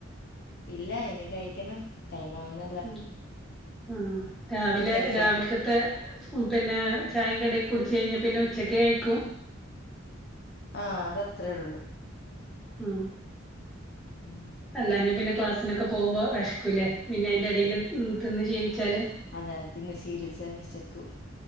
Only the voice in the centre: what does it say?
ഉം ആഹ് രാവിലെ
രാവിലെ ക്കത്തെ പിന്നെ ചായെം കടീക്കെ കുടിച്ചഴിഞ്ഞ പിന്നെ ഉച്ചക്കെ കഴിക്കു
ഉം
അല്ലാഞ്ഞ് പിന്നെ ക്ലാസ്സിനൊക്കെ പോവുമ്പോ വെശക്കൂല്ലേ പിന്നെ അയിന്റെടേല്
തിന്ന് ശീലിച്ചാല്